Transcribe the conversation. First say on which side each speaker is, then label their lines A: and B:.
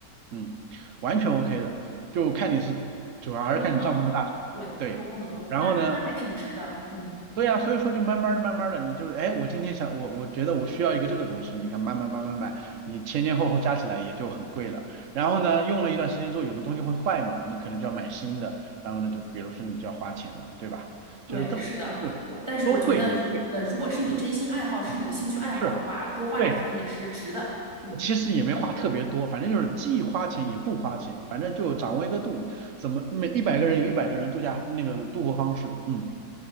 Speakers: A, on the right; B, on the right.
A: 嗯，完全 OK 的，就看你是主要还是看你帐篷的大小，
B: 多功能，对，
A: 对。
B: 多功能灯，
A: 然后呢，
B: 那那还挺值的，嗯，
A: 对呀，所以说就慢慢儿慢慢的，你就哎，我今天想我我觉得我需要一个这个东西，你看慢慢慢慢买，你前前后后加起来也就很贵了。然后呢，用了一段时间之后，有的东西会坏嘛，你可能就要买新的，然后呢，就比如说你就要花钱了，对吧？
B: 对，
A: 就是这么就多贵也贵，
B: 是的，我但是我觉得，呃，如果是你真心爱好，
A: 嗯
B: 是你的兴趣爱好的话，
A: 嗯，是
B: 多花点钱也是值的，
A: 对，
B: 嗯，
A: 其实也没花特别多，反正就是既花钱也不花钱，反正就掌握一个度，怎么每一百个人有一百个人度假那个度过方式，嗯，